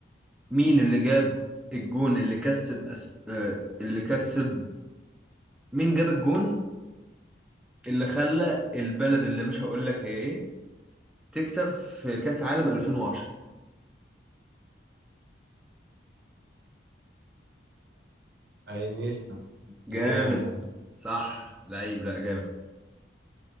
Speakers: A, in the centre; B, on the right.
A: مين اللي جاب الجون اللي كسب أسب... آه... اللي كسب مين جاب الجون اللي خلى البلد اللي مش هقول لك هي ايه تكسب في كاس عالم 2010
B: انيستا
A: جامد
B: ضد هولندا
A: صح لعيب لا جامد